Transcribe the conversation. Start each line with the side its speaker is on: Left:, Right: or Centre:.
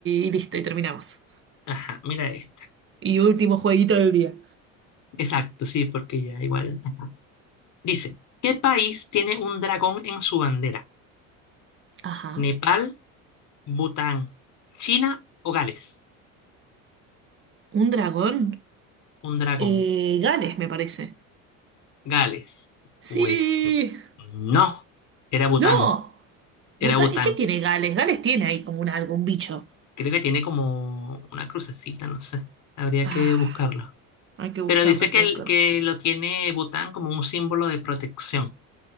Right: y listo, y terminamos.
Left: ajá, mira esta.
Right: Y último jueguito del día.
Left: Exacto, sí, porque ya igual. ajá. Dice, ¿qué país tiene un dragón en su bandera?
Right: Ajá.
Left: ¿Nepal? Bután, China o Gales.
Right: ¿Un dragón?
Left: Un dragón,
Right: Eh, Gales, me parece.
Left: Gales.
Right: Sí.
Left: Pues no, era Bután,
Right: ¡No! Puta,
Left: era Bután.
Right: ¿y qué tiene Gales? Gales tiene ahí como un algo, un bicho.
Left: Creo que tiene como una crucecita, no sé. Habría
Right: Ah,
Left: que buscarlo.
Right: hay que buscarlo,
Left: Pero dice
Right: hay
Left: que,
Right: que buscarlo.
Left: el- que lo tiene Bután como un símbolo de protección.